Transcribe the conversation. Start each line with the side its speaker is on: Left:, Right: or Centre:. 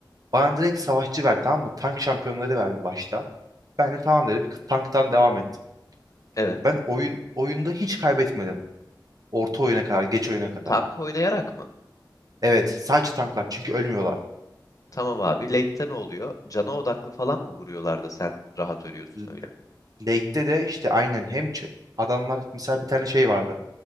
Right: bana direkt savaşçı verdi tamam mı? Tank şampiyonları verdi başta. Ben de tamam dedim. k- Tanktan devam ettim.
Left: Evet.
Right: Ben oyun oyunda hiç kaybetmedim. Orta oyuna kadar, geç oyuna kadar.
Left: Tank oynayarak mı?
Right: Evet, sadece tanklar çünkü ölmüyorlar.
Left: Tamam abi. Late'te ne oluyor? Cana odaklı falan mı vuruyorlar da sen rahat ölüyorsun
Right: L-
Left: öyle?
Right: Late'te de işte aynen hem ç- adamlar mesela bir tane şey vardı.